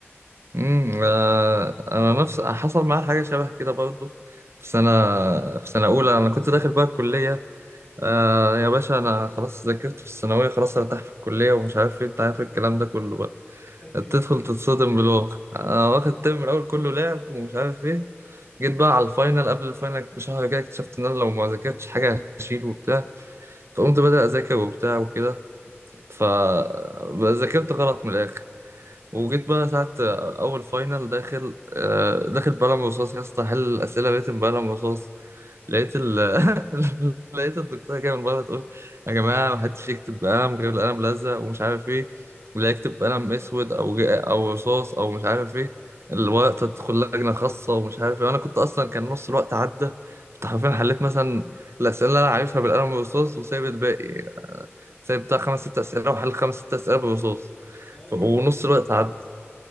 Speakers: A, on the right (about 70°); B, on the left (about 25°).
A: امم آه، انا نفس حصل معايا حاجة شبه كده برضو في سنة في سنة أولى أنا كنت داخل بقى الكلية آه يا باشا أنا خلاص ذاكرت في الثانوية خلاص هرتاح في الكلية ومش عارف إيه أنت عارف الكلام ده كله بقى
B: <laughs>
A: تدخل
B: ايوه
A: تتصدم بالواقع أنا واخد الترم الأول كله لعب ومش عارف إيه جيت بقى على الفاينل قبل الفاينل بشهر كده اكتشفت إن أنا لو ما ذاكرتش حاجة هشيل وبتاع فقمت بدأ أذاكر وبتاع وكده فذاكرت غلط من الآخر وجيت بقى ساعة أول فاينل داخل آه، داخل بقلم رصاص يا اسطى حل الأسئلة ريتم بقلم رصاص لقيت ال... <laughs> لقيت الدكتورة جاية من بره تقول يا جماعة محدش يكتب بقلم غير القلم لزق ومش عارف إيه اللي يكتب بقلم أسود أو أو رصاص أو مش عارف إيه الورقة تدخل لجنة خاصة ومش عارف إيه وأنا كنت أصلا كان نص الوقت عدى كنت حرفيا حليت مثلا الأسئلة اللي أنا عارفها بالقلم والرصاص وسايب الباقي آه، سايب بتاع خمس ست أسئلة وحل خمس ست أسئلة بالرصاص
B: ايوه
A: ف- ونص الوقت عدى